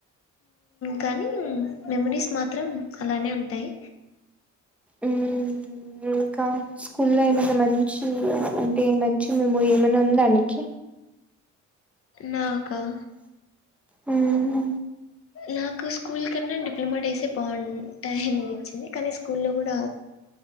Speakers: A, on the left; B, in the centre.
A: కానీ మెమరీస్ మాత్రం అలానే ఉంటాయి
B: ఉమ్ ఇంకా స్కూ లో ఏమైనా మంచి అంటే మంచి మెమోరీ ఏమైనా ఉందానికి
A: నాకా నా
B: హ్మ్
A: నాకు స్కూల్ కన్నా డిప్లొమా చేసే బాగుంటాయి అనిపించింది కానీ స్కూల్లో కూడా